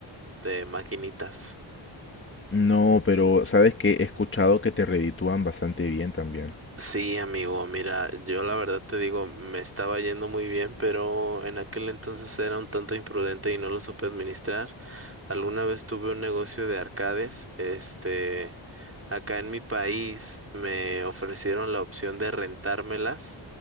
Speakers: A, on the right; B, on the left.
A: de maquinitas.
B: No, pero sabes que he escuchado que te reditúan bastante bien también.
A: Sí, amigo, mira, yo la verdad te digo, me estaba yendo muy bien, pero en aquel entonces era un tanto imprudente y no lo supe administrar. Alguna vez tuve un negocio de arcades, este, acá en mi país me ofrecieron la opción de rentármelas